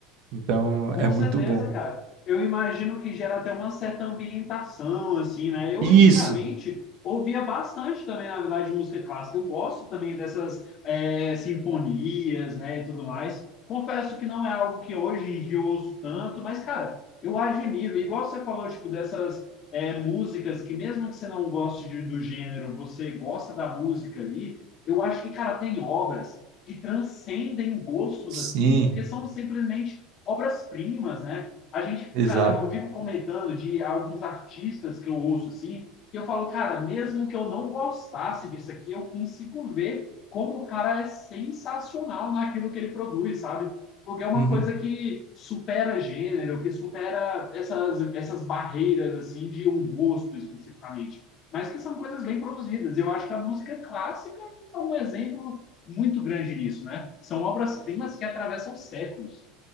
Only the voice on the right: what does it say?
Então,
é muito
bom.
Isso,
sim,
exato.
Uhum,